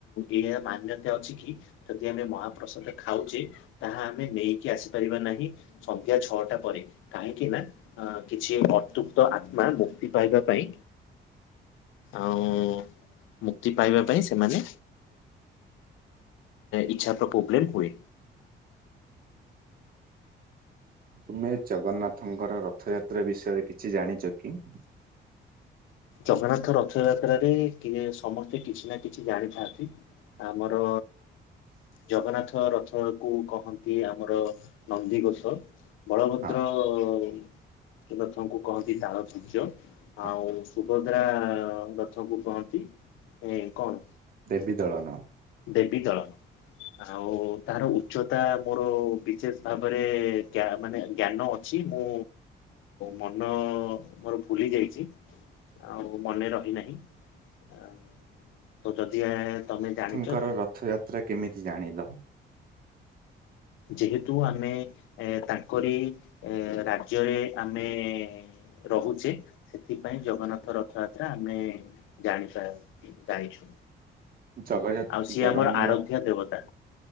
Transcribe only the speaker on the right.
ତୁମେ ଜଗନ୍ନାଥଙ୍କର ରଥଯାତ୍ରା ବିଷୟରେ କିଛି ଜାଣିଛ କି?
ହଁ
ହଁ
ଦେବିଦଳନ
ଙ୍କର ରଥଯାତ୍ରା କେମିତି ଯ ଜାଣିଲ
ଜଗଯା
ଜଗନ୍ନାଥ